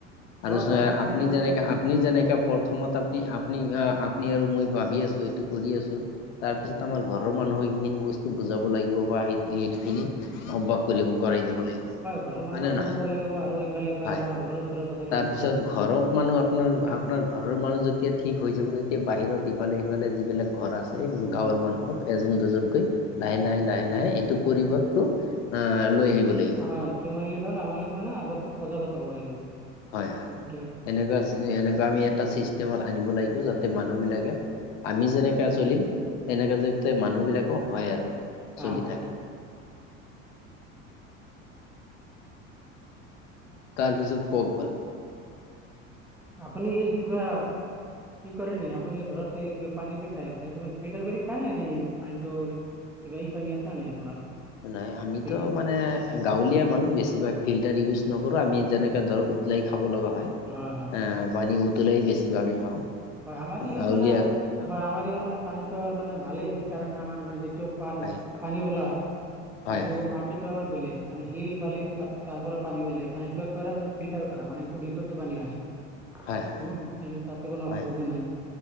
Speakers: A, in the centre; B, on the left (about 70°).
A: হয়
B: আৰু চোৱা
A: অকল
B: আপুনি
A: আমি মানে
B: যেনেকা
A: হয়
B: আপুনি যেনেকা প্ৰথমত তাপানি আপনি আপনি আৰু মই ভাবি আছো এইটো কৰি আছো তাৰ পিছত আমাৰ ঘৰৰ মানুহক সেইখিনি বস্তু বুজাব লাগিব বা সেই এইটো খিনি অভ্যাস কৰিব কৰাই দিব লাগিব। হয়
A: ঘৰৰ মানুহো
B: না নহয়?
A: বুজাব লাগিব আৰু ইফালে ইফালে
B: হয়
A: আমাৰ ঘৰৰ ওচৰে পাজৰে
B: তাৰপিছত
A: মানুহ থাকা
B: ঘৰত মানুহ আপোনাৰ
A: উম
B: আপোনাৰ ঘৰৰ মানুহ যেতিয়া ঠিক হৈ যাব তেতিয়া বাহিৰত ইফালে সিফালে যিবিলাক ঘৰ আছে
A: উম
B: গাঁৱৰ মানুহক এজন দুজনকৈ লাহে
A: হয়
B: লাহে লাহে লাহে এইটো পৰিৱেশটো অ লৈ আহিব লাগিব
A: এইটো মানিলে হল আমাৰলোকে মানে আগতে সজাগত হব লাগিব।
B: হয় হয়
A: সেইটোৱে
B: এনেকুৱা এনেকুৱা আমি এটা চিষ্টেমত আনিব লাগিব যাতে মানুহবিলাকে আমি যেনেকে চলিম তেনেকা যতে মানুহ বিলাকো হয় আৰু
A: হয়।
B: চলি থাকে। তাৰপিছত কওক বাৰু।
A: আপুনি কিবা কি কৰে নি আপুনি ঘৰতে কিবা পানী যে খাই আছে, তুমি ফিল্টাৰ কৰি খাই নে এনেই পানীটো কিবাই পানী আছেনে নাই আপোনাৰ?
B: নহয় আমিতো
A: ফিল্টাৰ
B: মানে গাঁৱলীয়া মানুহ বেছিভাগ ফিল্টাৰ ইউজ নকৰোঁ, আমি যেনেকে ধৰক উতলাই খাব লগা হয়।
A: হয় হয়।
B: আহ পানী উতুলাই বেছিভাগে খাওঁ।
A: হয় আমাৰ ইয়াত
B: গাঁৱলীয়া
A: মানে হয় আমাৰ ইয়াৰ মানে পানীতটো মানে ভালেই কাৰণ আমাৰ মানে যিটো পান
B: হয়
A: পানী ওলাই
B: হয়
A: মানে
B: হয়
A: ই মাট টো আমাৰ বেলেগ, মানে শিল বালিৰ পাত তাৰ পৰা পানী ওলাই পানীটো একেবাৰে মানে ফিল্টাৰ কৰা, মানে বিশুদ্ধ পানী হয়।
B: হয় হয়
A: উম, এই তাতে কোনো
B: হয়।
A: অসুবিধা নাই